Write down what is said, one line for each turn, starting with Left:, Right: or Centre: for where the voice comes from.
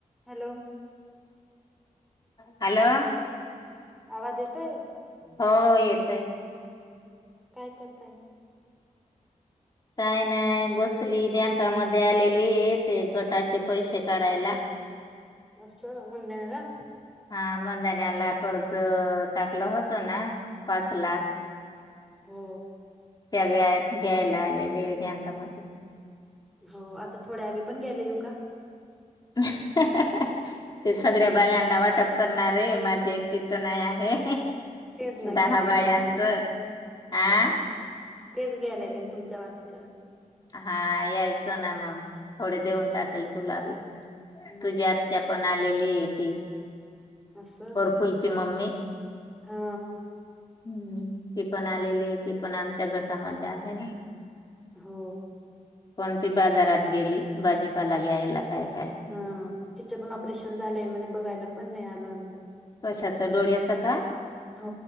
Centre: Hello
Left: hello
Centre: आवाज येतोय
Left: हो येतयकि.
Centre: काय करताय
Left: काही नाही बसली बँकामध्ये आलेली ते गटाचे पैसे काढायला
Centre: वस् मुंदेला
Left: हा मधण्याला कर्ज टाकलं होतं ना पाच लाख
Centre: हो
Left: त्या ग घ्यायला आलेलेका म
Centre: हो आता थोडे्या आम्ही पण गेले येऊ का?
Left: ह ते सगळ्या बायांना वाटप करणारे माझी एकटीच नाही आहे
Centre: तेच न
Left: दहा
Centre: घ्याला
Left: बायांचं
Centre: हो
Left: आ
Centre: तेच घ्यायलाय तुमच्या वाट्याच्या
Left: हा यायचं ना मग थोडे देऊन टाकेल तुला बी
Centre: मग
Left: तुझ्या आत पण आलेली आहे ती.
Centre: अससं
Left: फोलची मम्मी
Centre: हा
Left: हम्म ती पण आलेली ती पण आमच्या गटामध्ये आहे ना
Centre: हो
Left: कोणती बाजारात गेली भाजीपाला घ्यायला काय काय
Centre: हा तिच पण ऑपरेशन झालंय म्हणे बघायला पण नाही आलं आता
Left: कशाचं डोळ्याचं का
Centre: हो